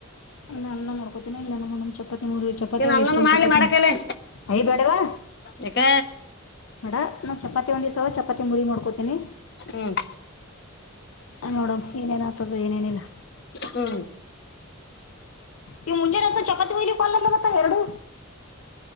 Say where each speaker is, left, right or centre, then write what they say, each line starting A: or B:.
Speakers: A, on the left; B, on the left.
A: ನ ಮಾಡ ಕೋತಿನ ಇಲ್ಲ ನ ನಮ್ ಚಪಾತಿ ಮೂರ್ ಚಪಾತಿ
B: ಏನ್
A: ಅವ
B: ಅನ್ನನ
A: ಎಷ್ಟೊಂದ್
B: ಮಾಡ್ಲಿ
A: ಚಪಾತಿ
B: ಮಾಡಕಲೆ
A: ಮೂ ಅಯ ಬ್ಯಾಡವಾ
B: ಯಾಕ
A: ಬಡ ನಾನ್ ಚಪಾತಿ ಒಂದ ದಿವ್ಸಾವ ಚಪಾತಿ ಮುರಿ ಮಾಡೋ್ಕೋತೀನಿ
B: ಹ್ಮ್
A: ನೋಡಂ ಏನೇನ್ ಆತದ ಏನೇನಿಲ್ಲ
B: ಹ್ಮ
A: ಈವ ಮುಂಜಾನೆಂತ ಚಪಾತಿ ಬಲಿ ಕಲ್ಲ ಮಗತ್ತ ಎರಡು